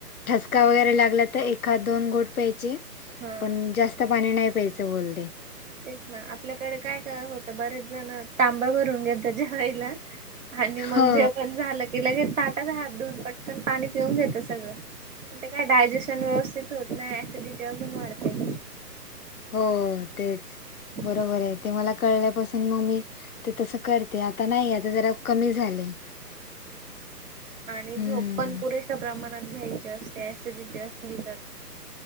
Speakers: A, on the left; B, on the right.
A: ठसका वगैरे लागला तर, एकात दोन घोट प्यायचे.
B: हा
A: पण जास्त पाणी नाही प्यायचं बोलते.
B: तेच ना, आपल्याकडे काय काय होतं बरेच जण, तांब्या भरून घेतात जेवायला. आणि
A: हो
B: मग जेवन झालं की लगे, ताटात हात धुवून पटकन पाणी पिऊन घेतात सगळं. पण ते काय डायजेशन व्यवस्थित होत नाही, ऍसिडिटी अजून वाढते.
A: हो हो तेच
B: हम्म
A: बरोबर आहे. ते मला कळल्यापासून मग मी ते तस करते. आता नाही आता जरा कमी झाले.
B: आणि झोप
A: हम्म
B: पण पुरे शा प्रमाणात घ्यायची असते. ऍसिडिटी असेल तर